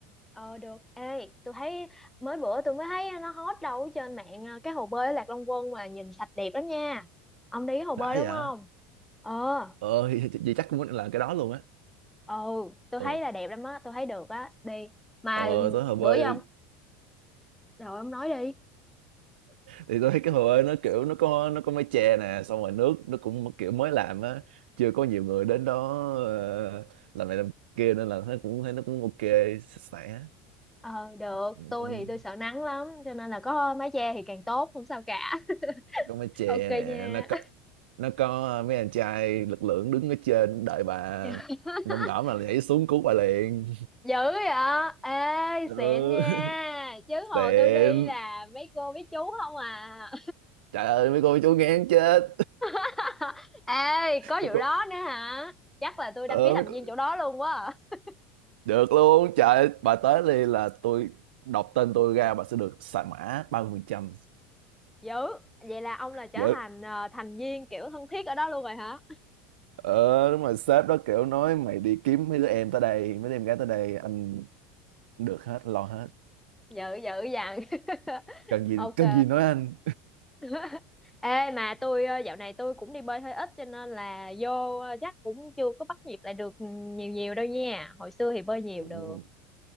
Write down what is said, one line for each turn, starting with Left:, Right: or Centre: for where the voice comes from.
Centre: ờ được. Ê, tôi thấy mới bữa tôi mới thấy nó hot đâu ở trên mạng ờ, cái hồ bơi ở Lạc Long Quân mà nhìn sạch đẹp lắm nha. Ông đi cái hồ bơi
Right: Đã vậy?
Centre: đúng không? Ờ,
Right: Ờ, <laughs> thì, thì, thì chắc cũng là cái đó luôn á.
Centre: ừ, tôi
Right: Ờ,
Centre: thấy là đẹp lắm á, tôi thấy được á, đi. Mà
Right: ờ tới hồ bơi
Centre: bữa giờ ông rồi ông nói đi.
Right: thì tôi thấy cái hồ ơi nó kiểu nó có nó có mái che nè xong rồi nước nó cũng kiểu mới làm á chưa có nhiều người đến đó ờ, làm này làm kia nên là thấy cũng thấy nó cũng ok sạch sẽ
Centre: Ờ được,
Right: Ừ,
Centre: tôi thì tôi sợ nắng lắm cho nên là có mái che thì càng tốt, không sao cả. <laughs>
Right: có mái che
Centre: Ok
Right: nè
Centre: nha.
Right: nó có nó có mấy anh trai lực lượng đứng ở trên đợi bà
Centre: <laughs>
Right: ngom ngõm là nhảy xuống cứu bà liền
Centre: dữ vậy ê
Right: ừ.
Centre: xịn nha
Right: <laughs>
Centre: chứ hồi
Right: tiện
Centre: tôi đi là mấy cô mấy chú không à
Right: trời ơi mấy cô chú ngán chết
Centre: <laughs> ê
Right: <laughs>
Centre: có
Right: mấy
Centre: vụ
Right: cô
Centre: đó nữa hả chắc là tôi
Right: ờ
Centre: đăng ký thành
Right: mấy cô
Centre: viên chỗ đó luôn quá à.
Right: Được luôn, trời ơi, bà tới đi là tôi đọc tên tôi ra bà sẽ được xài mã ba mươi phần trăm
Centre: dữ vậy là ông là trở
Right: Dạ.
Centre: thành ờ, thành viên kiểu thân thiết ở đó luôn rồi hả
Right: Ờ, đúng rồi sếp đó kiểu nói mày đi kiếm mấy đứa em tới đây, mấy đứa em gái tới đây anh, anh được hết, lo hết.
Centre: dữ dữ dằn <laughs>
Right: Cần gì
Centre: ok
Right: cần gì nói anh.
Centre: <laughs> Ê mà tôi ờ, dạo này tôi cũng đi bơi hơi ít cho nên là vô ờ, chắc cũng chưa có bắt nhịp lại được nhiều nhiều đâu nha. Hồi xưa thì bơi nhiều
Right: Ồ,
Centre: được.